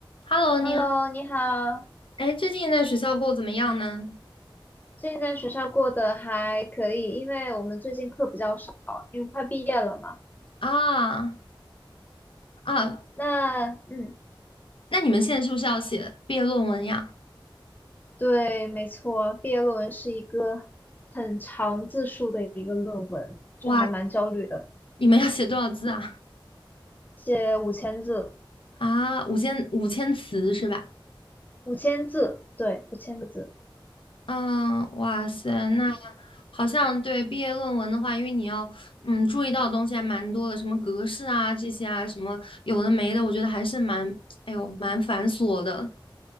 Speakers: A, on the left; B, on the left.
A: Hello，你好，
B: Hello，你好。
A: 哎，最近在学校过得怎么样呢？
B: 最近在学校过得还可以，因为我们最近课比较少，因为快毕业了嘛。
A: 啊啊，
B: 那嗯，
A: 那你们现在是不是要写毕业论文呀？
B: 对，没错，毕业论文是一个很长字数的一个论文，就还蛮焦虑的，
A: 哇，你们要写多少字啊？
B: 写五千字，
A: 啊，五千五千词是吧？
B: 五千字，对，五千个字，
A: 嗯，哇塞，那好像对毕业论文的话，因为你要嗯注意到的东西还蛮多的，什么格式啊这些啊，什么有的没的，我觉得还是蛮哎呦蛮繁琐的。